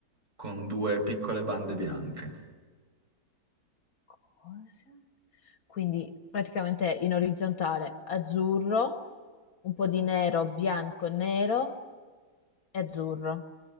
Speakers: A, on the right (about 30°); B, on the left (about 60°).
A: con due piccole bande bianche.
B: Cosa? Quindi praticamente in orizzontale azzurro, un po' di nero, bianco, nero e azzurro.